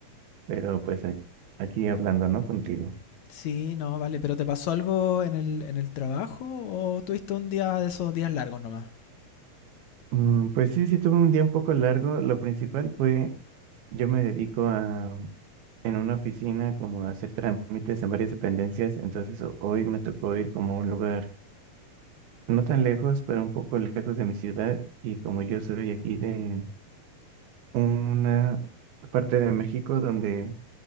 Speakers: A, on the right; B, on the left.
A: pero pues ac- aquí hablando, ¿no? Contigo.
B: Sí, no, vale. ¿Pero te pasó algo en el, en el trabajo o tuviste un día de esos días largos nomás?
A: Mm, pues sí, sí tuve un día un poco largo. Lo principal fue, yo me dedico a, en una oficina como a hacer trámites en varias dependencias, entonces ho- hoy me tocó ir como a un lugar no tan lejos, pero un poco lejos de mi ciudad y como yo soy aquí de una parte de México donde